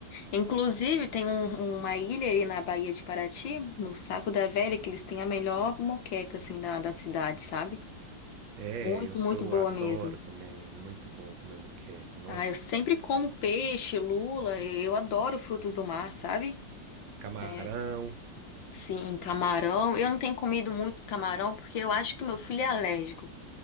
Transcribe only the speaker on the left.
Inclusive, tem um- uma ilha ali na Baía de Paraty, no Saco da Velha, que eles têm a melhor moqueca, assim, da, da cidade, sabe?
Muito,
muito boa
mesmo.
Ah, eu sempre como peixe, lula, eu adoro frutos do mar, sabe?
É, Sim, camarão. Eu não tenho comido muito camarão porque eu acho que meu filho é alérgico,